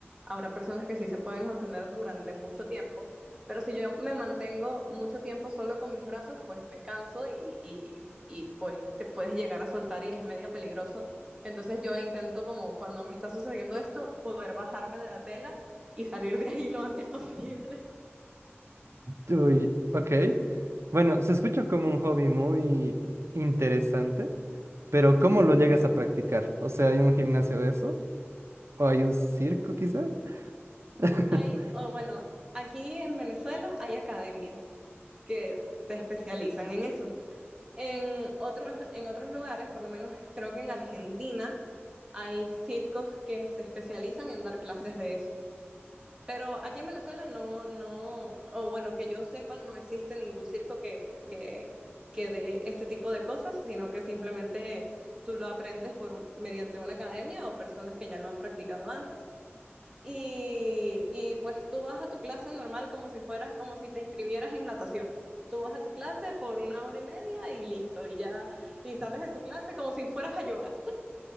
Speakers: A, on the right (about 15°); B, on the right (about 75°).
A: habrá personas que sí se pueden mantener durante mucho tiempo, pero si yo me mantengo mucho tiempo solo con mis brazos, pues me canso y, y, y pues te puedes llegar a soltar y es medio peligroso. Entonces yo intento como cuando me está sucediendo esto, poder bajarme de la tela y salir de ahí lo antes <laughs> posible.
B: Uy, ok. Bueno, se escucha como un hobby muy interesante, pero ¿cómo lo llegas a practicar? O sea, ¿hay un gimnasio de eso? ¿O hay un circo quizá? <laughs>
A: Hay, o bueno, aquí en Venezuela hay academias que se especializan en eso. En otros, en otros lugares, por lo menos creo que en Argentina, hay circos que se especializan en dar clases de eso. Pero aquí en Venezuela no, no, o bueno, que yo sepa, no existe ningún circo que, que, que dé este tipo de cosas, sino que simplemente tú lo aprendes por, mediante una academia o personas que ya lo han practicado antes y, y pues tú vas a tu clase normal como si fueras, como si te inscribieras en natación. Tú vas a tu clase por una hora y media y listo, y ya, y sales de tu clase como si fueras a yoga.